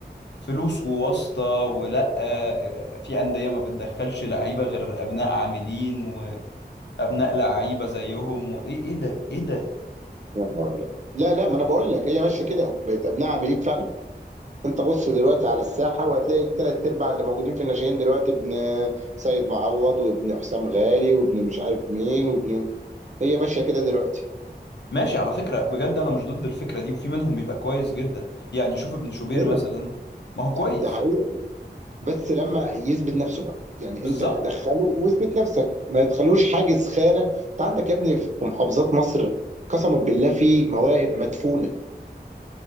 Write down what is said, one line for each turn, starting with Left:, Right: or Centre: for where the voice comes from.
Left: فلوس وواسطة ولا آه، في أندية ما بتدخلش لعيبة غير أبناء عاملين وأبناء لعيبة زيهم وإيه إيه إيه ده إيه ده
Right: يا نهار أبيض لا لا ما انا بقول لك هي ماشيه كده بقت ابناء عاملين فعلا انت بص دلوقتي على الساحه وهتلاقي الثلاث ارباع اللي موجودين في الناشئين دلوقتي ابن سيد معوض وابن حسام غالي وابن مش عارف مين وابن هي ماشيه كده دلوقتي
Left: ماشي على فكرة بجد أنا مش ضد الفكرة دي وفي منهم بيبقى كويس جدا يعني شوف ابن شوبير
Right: ايوه
Left: مثلا ما هو كويس
Right: ده حقيقة بس لما يثبت نفسه بقى يعني
Left: بالظبط
Right: انت دخله واثبت نفسك ما تخلوش حاجز خانه انت عندك يا ابني في محافظات مصر قسما بالله في مواهب مدفونه